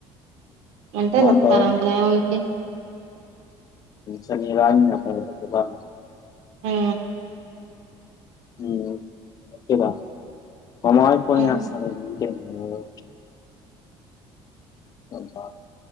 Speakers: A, on the right; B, on the left.
A: అంటే
B: ఏమంటావు?
A: చెప్తారు అందులో ఏముంది
B: సర <inaudible>
A: ఉమ్
B: ఉమ్ ఆంథెగా మావయ్య ఫోన్
A: ఉమ్
B: చెస్టున్నారు ఓ ఉంటా